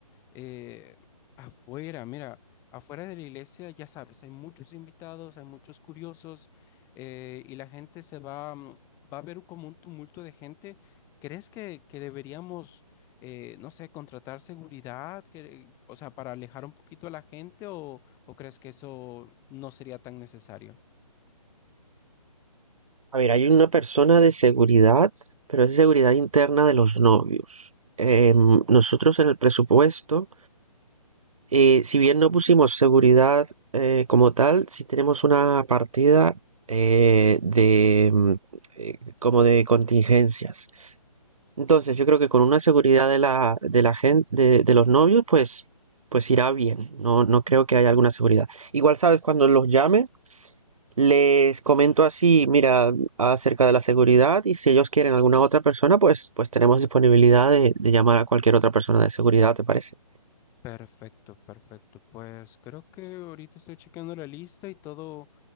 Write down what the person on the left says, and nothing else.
Eh, afuera, mira, afuera de la iglesia, ya sabes, hay muchos invitados, hay muchos curiosos eh, y la gente se va, mm, va a ver como un tumulto de gente. ¿Crees que, que deberíamos, eh, no sé, contratar seguridad, que, o sea, para alejar un poquito a la gente o, o crees que eso no sería tan necesario?
Perfecto, perfecto. Pues creo que ahorita estoy checando la lista y todo